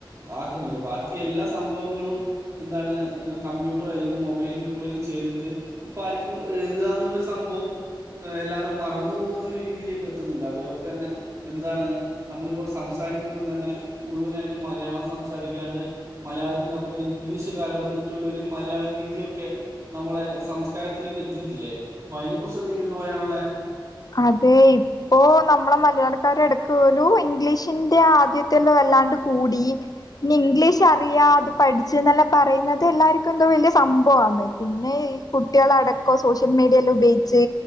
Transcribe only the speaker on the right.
ആക്കുന്നൊള്ളൂ ബാക്കി എല്ലാ സംഭവങ്ങളും എന്താണ് ഹ് കമ്പ്യൂട്ടർ അല്ലെങ് മൊബൈല് കൂടെല്ലാം ചെയ്തിട്ട് ഇപ്പ ആര്ക്കും എഴുതാന്ന്ള്ള സംഭവം എല്ലാറും മറന്നു പോവുന്ന ഒരു രീതിയിലേക്ക് എത്തുന്നുണ്ട് അതേപോലെ തന്നെ എന്താണ് നമ്മളിപ്പോ സംസാ രിക്കുമ്പം തന്നെ മുഴുവനായിട്ട് മലയാളം സംസാരിക്കാണ്ട് മലയാളത്തിന്റെ ഒ ഒര് ഇംഗ്ലീഷ് കലർന്നിട്ടുള്ളൊരു മലയാള രീതിയൊക്കെ നമ്മളെ സംസ്കാരത്തിൽക്ക് എത്തിയിട്ടില്ലേ അപ്പൊ അയ്നെ കുറിച്ച് എന്താ ഇങ്ങക്ക് പറയാനുള്ളേ?